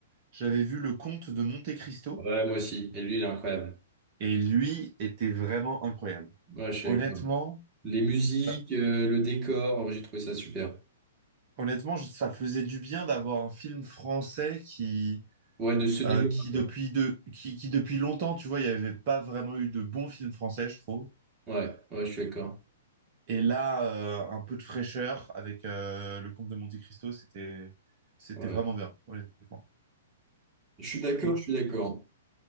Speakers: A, on the right; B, on the right.
A: j'avais vu Le Comte de Monte Cristo
B: Ouais, moi aussi. Et lui, il est incroyable.
A: et lui était vraiment incroyable.
B: Ouais, je suis
A: Honnêtement,
B: d'accord. Les musiques,
A: euh,
B: euh, le décor, ouais, j'ai trouvé ça super.
A: honnêtement, je- ça faisait du bien d'avoir un film français qui,
B: Ouais, de ce niveau-là,
A: euh, qui
B: quoi.
A: depuis de, qui, qui depuis longtemps, tu vois, il n'y avait pas vraiment eu de bons films français, je trouve.
B: Ouais, ouais, je suis d'accord.
A: Et là, euh, un peu de fraîcheur avec euh, le comte de Monte Cristo, c'était c'était
B: Ouais.
A: vraiment bien, honnêtement.
B: Je suis d'accord,
A: Et,
B: je suis d'accord.